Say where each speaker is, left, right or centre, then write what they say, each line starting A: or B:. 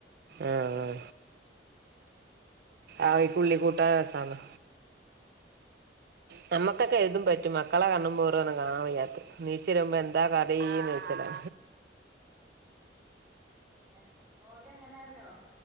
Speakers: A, on the right (about 60°); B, in the centre.
A: ആഹ് ആഹ് അയ്ക്ക് ഉള്ളി കൂട്ടാ രസാണ്‌ ഞമ്മക്കൊക്കെ ഏതും പറ്റും മക്കളെ കണ്ണും മോറോണ് കാണാൻ വയ്യാത്തെ നീച്ച് വരുമ്പം എന്താ കറി ചോയ്ച്ചിട്ടാ
B: ഏഹ് ഓല് എങ്ങനാറിയോ